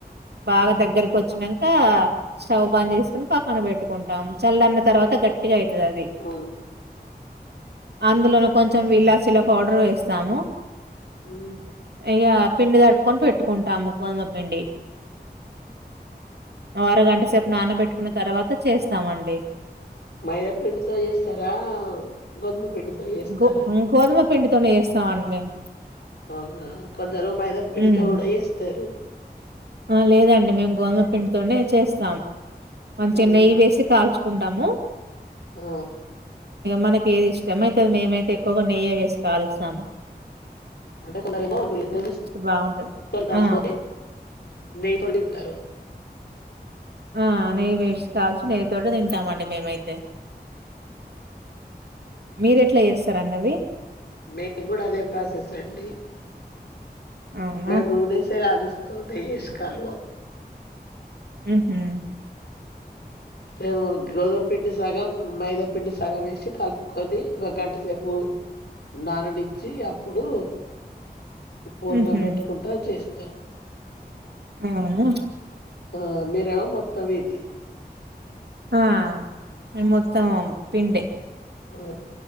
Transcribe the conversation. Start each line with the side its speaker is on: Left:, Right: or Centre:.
Right: బాగా దగ్గరకు వచ్చానంక స్టవ్ బంద్ చేసుకొని పక్కన పెట్టుకుంటాం చల్లరిన్న తర్వాత గట్టిగా అ యితాది
Left: ఆ, ఆ,
Right: అందులోనే కొంచెం విలాసీల‌ పౌడర్ వేస్తాము
Left: మ్మ్
Right: ఇగ పిండి జడుపుకొని పెట్టుకుంటాము గోధమ పిండి ఓ అరగంట సేపు నానబెట్టుకున్న తర్వాత చేస్తామండి
Left: మైదాపిండితో చేస్తారా గొందమపిండితో చేస్తారా
Right: గో గోధుమ పిండితోనే చేస్తామండి మేము
Left: అవునా కొందరు మైదా పిండితో
Right: హ్మ్.
Left: కూడా ఏస్తరు
Right: ఆ లేదండి మేము గోధుమ పిండితోనే చేస్తాం మంచి
Left: ఉమ్
Right: నెయ్యి వేసి కాల్చు కుంటాము
Left: ఆ
Right: మనకి ఏది ఇష్టం అయితే అది మేమైతే ఎక్కువగా నెయ్యి వేసి కలుస్తాము
Left: అంటే కొందరేమో <unintelligible>
Right: బాగుంటది ఆ
Left: నెయ్యి తో తింటారు
Right: ఆ నెయ్యి వేసి కాల్సి నెయ్యి తోటె తింటామండి మేమైతే మీరెట్లా చేస్తారండి అవి
Left: మేము కూడా అదే ప్రాసెసే అండి
Right: అవునా
Left: మేము నూనెసే కాలుస్తా నూనె ఏసి కాలవం
Right: హ్మ్ హ్మ
Left: మేము గోధుమపిండి సగం మైదాపిండి సగం వేసి కలుపుకొని ఒక గంట సేపు నానానించి అప్పుడు పూర్ణం
Right: ఉహు
Left: పెట్టుకుంటా చేస్తాం
Right: అవునా
Left: ఆ మీరేమో మొత్తం ఇది
Right: ఆ మేమ్ మొత్తం పిండే
Left: ఆ